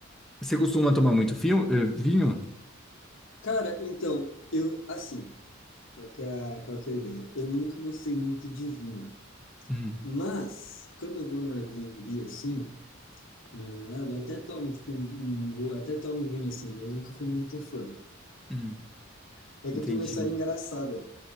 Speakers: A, in the centre; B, on the left.
A: você costuma tomar muito fio, eh, vinho?
B: Cara, então, eu, assim, qual que é a, qual que é a ideia? Eu nunca gostei muito de vinho,
A: Hum,
B: mas quando eu vou no Airbnb, assim, com minha namorada, eu até tomo, tipo, um, um- eu até tomo vinho, assim, mas eu nunca fui muito fã.
A: hum,
B: É que
A: entendi.
B: eu tenho uma história engraçada